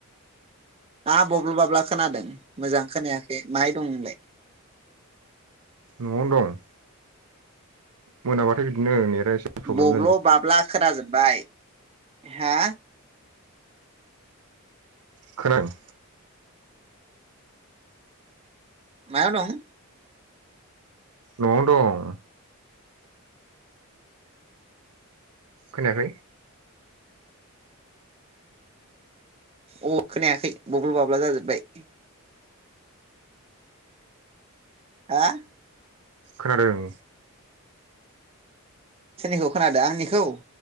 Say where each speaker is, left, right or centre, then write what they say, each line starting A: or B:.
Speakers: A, on the right; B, on the right.
A: ना बब्ल' बाब्ला खोनादों मोजां खोनायाखै माहाय दं नोंलाय?
B: न'आवनो दं। मोनाब्लाथाय बिदिनो नेेता एसे प्रब्लेम
A: बब्ल'
B: जायो
A: बाब्ला खोनाजोबबाय हा?
B: खोनादों।
A: मायाव दं?
B: न'आवनो दं। खोनायाखै?
A: अब खोनायाखै बबल' बाब्ला जाजोब्बाय। हा?
B: खोनादों।
A: सोरनिखौ खोनादों आंनिखौ?